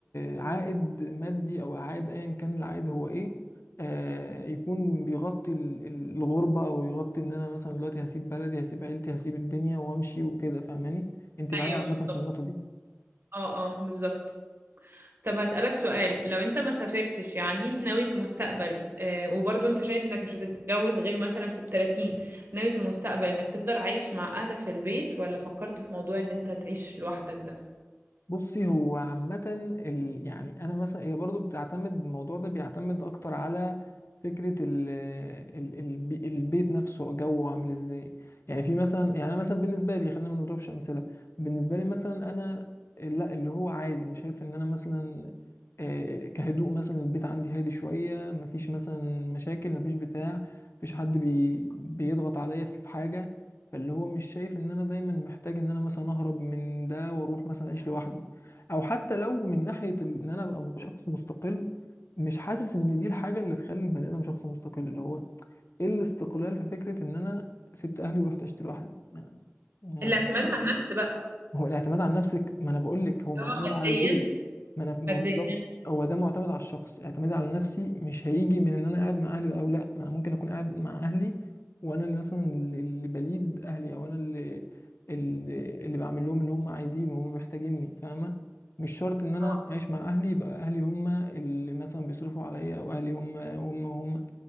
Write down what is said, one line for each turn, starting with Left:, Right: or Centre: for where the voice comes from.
Left: آه، عائد مادي او عائد ايا كان العائد هو ايه آه، يكون بيغطي ال- ال- الغربة او يغطي ان انا مثلا دلوقتي هسيب بلدي هسيب عيلتي هسيب الدنيا وامشي وكده فاهماني انت
Right: ايوه
Left: معايا عامة
Right: بالظبط
Left: في النقطة دي
Right: اه اه بالظبط طب هسألك سؤال لو انت ما سافرتش يعني ناوي في المستقبل آه وبرضو انت شايف انك مش هتتجوز غير مثلا في التلاتين ناوي في المستقبل انك تفضل عايش مع اهلك في البيت ولا فكرت في موضوع ان انت تعيش لوحدك ده
Left: بصي هو عامة ال... يعني أنا مثلا هي برضو بتعتمد الموضوع ده بيعتمد أكتر على فكرة ال... ال... البي... البيت نفسه جوه عامل إزاي يعني في مثلا يعني أنا مثلا بالنسبة لي خلينا ما نضربش أمثلة بالنسبة لي مثلا أنا لا اللي هو عادي أنا شايف إن أنا مثلا آه، كهدوء مثلا البيت عندي هادي شوية مفيش مثلا مشاكل مفيش بتاع مفيش حد بي... بيضغط عليا في حاجة فاللي هو مش شايف ان انا دايما محتاج ان انا مثلا اهرب من ده واروح مثلا اعيش لوحدي او حتى لو من ناحية ال- ان انا ابقى شخص مستقل مش حاسس ان دي الحاجة اللي تخلي البني ادم شخص مستقل اللي هو ايه الاستقلال في فكرة ان انا سبت اهلي ورحت عشت لوحدي ما- ما-
Right: الاعتماد على النفس بقى
Left: ما هو الاعتماد على نفسك ما انا بقول لك هو
Right: اللي
Left: معتمد
Right: هو ماديا
Left: على البيت ما انا ما
Right: ماديا
Left: هو بالظبط هو ده معتمد على الشخص اعتمادي على نفسي مش هيجي من ان انا قاعد مع اهلي او لا ما انا ممكن اكون قاعد مع اهلي وانا اللي مثلا اللي اللي بليد اهلي او انا اللي اللي, اللي بعمل لهم اللي هم عايزينه وهم محتاجيني فاهمه مش شرط ان انا
Right: اه
Left: عايش مع اهلي يبقى اهلي هم اللي مثلا بيصرفوا عليا او اهلي هم هم هم